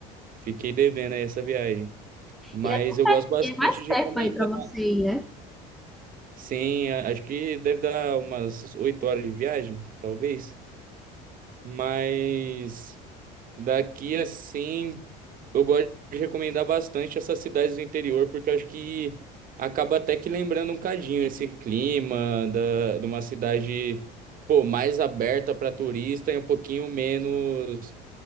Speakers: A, on the right; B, in the centre.
A: Fiquei devendo aí essa viagem. Mas
B: E é, tão
A: eu
B: per-
A: gosto bastante
B: e é mais
A: de
B: perto
A: recomendar.
B: aí para você ir, né?
A: Sim, a- acho que deve dar umas oito horas de viagem, talvez. Mas daqui assim, eu gosto de recomendar bastante essas cidades do interior, porque eu acho que acaba até que lembrando um cadinho esse clima da, de uma cidade, pô, mais aberta para turista e um pouquinho menos